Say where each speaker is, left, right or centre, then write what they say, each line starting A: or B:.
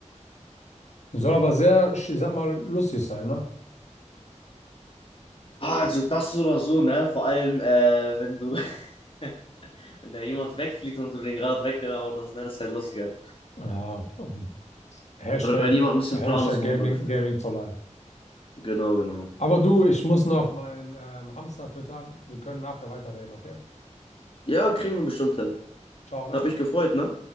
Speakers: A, on the left (about 65°); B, on the left (about 45°).
A: Soll aber sehr, ich sag mal, lustig sein, ne?
B: Ah, also das so oder so, ne? Vor allem, äh, wenn du <laughs> Wenn da jemand wegfliegt und du den gerade weggehauen hast, ne, das ist halt lustiger.
A: Ja, ähm, Hashtag,
B: Oder wenn jemand ein bisschen
A: Hashtag
B: planlos rumläuft.
A: Gaming, Gaming for Life.
B: Genau, genau.
A: Aber du, ich muss noch meinen ähm, Hamster füttern. Wir können nachher weiterreden, okay?
B: Ja, kriegen wir bestimmt hin.
A: Ciao, ne?
B: Hat mich gefreut, ne?